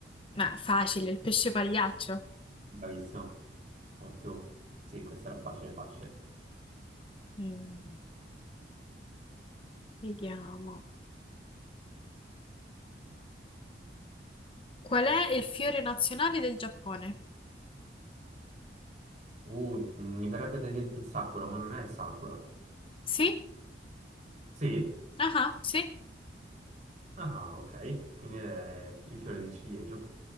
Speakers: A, on the left; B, on the right.
A: Ma facile, il pesce pagliaccio.
B: Bravissimo, ottimo. Sì, questa era facile, facile.
A: Mm, Vediamo. Qual è il fiore nazionale del Giappone?
B: Uh, mi verrebbe da dirti il Sakura, ma non è il Sakura.
A: Sì?
B: Sì?
A: Ah, sì?
B: Ah, ok. Quindi è il fiore di ciliegio.